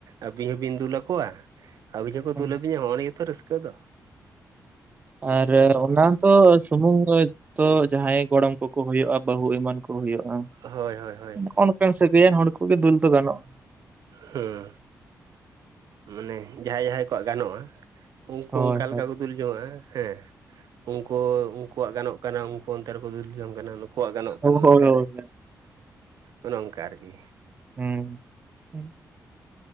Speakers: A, on the right (about 70°); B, on the right (about 25°).
A: ᱟᱹᱵᱤᱱ ᱦᱚᱸᱵᱤᱱ ᱫᱩᱞ ᱟᱠᱚᱣᱟ, <unintelligible> ᱱᱚᱜ-ᱱᱤᱭᱟᱹ
B: ᱦᱩᱸ
A: ᱜᱮ ᱛᱚ ᱨᱟᱹᱥᱠᱟᱹ ᱫᱚ᱾ <inaudible>
B: ᱟᱨ
A: ᱦᱩᱸ
B: ᱚᱱᱟ ᱫᱚ ᱥᱩᱢᱩᱝ ᱨᱮ ᱛᱚ ᱡᱟᱦᱟᱸᱭ ᱜᱚᱲᱚᱢ ᱠᱚᱠᱚ ᱦᱩᱭᱩᱜ-ᱟ ᱵᱟᱹᱦᱩ ᱮᱢᱟᱱ ᱠᱚ ᱦᱩᱭᱩᱜ-ᱟ
A: ᱦᱳᱭ ᱦᱳᱭ ᱦᱳᱭ
B: ᱱᱚᱜ-ᱚᱱᱠᱟᱱ ᱥᱟᱹᱜᱟᱹᱭᱟᱱ ᱦᱚᱲ ᱠᱚᱜᱮ ᱫᱩᱞ ᱫᱚ ᱜᱟᱱᱚᱜ-ᱟ᱾
A: ᱦᱮᱸ᱾ ᱢᱟᱱᱮ ᱡᱟᱦᱟᱸᱭ ᱡᱟᱦᱟᱸᱭ ᱠᱚᱣᱟᱜ ᱜᱟᱱᱚᱜ-ᱟ᱾ ᱩᱱᱠᱩ
B: ᱦᱳᱭ
A: ᱚᱱᱠᱟ ᱞᱮᱠᱟ
B: ᱦᱳᱭ
A: ᱠᱚ ᱫᱩᱞ ᱡᱚᱝᱟᱜ-ᱟ ᱦᱮᱸ ᱩᱱᱠᱩ ᱩᱱ ᱠᱩᱣᱟᱜ ᱜᱟᱱᱚᱜ ᱠᱟᱱᱟ ᱩᱱᱠᱩ ᱚᱱᱛᱮ ᱨᱮᱠᱚ ᱫᱩᱞ ᱡᱚᱝ ᱠᱟᱱᱟ᱾ ᱱᱩᱠᱩᱣᱟᱜ ᱜᱟᱱᱚᱜ
B: ᱦᱳᱭ
A: ᱠᱟᱱᱟ
B: ᱦᱳᱭ
A: ᱱᱚᱛᱮ
B: ᱦᱳᱭ
A: ᱨᱮ᱾ ᱚᱱᱮ ᱚᱱᱠᱟ ᱟᱨᱠᱤ᱾
B: ᱦᱮᱸ ᱾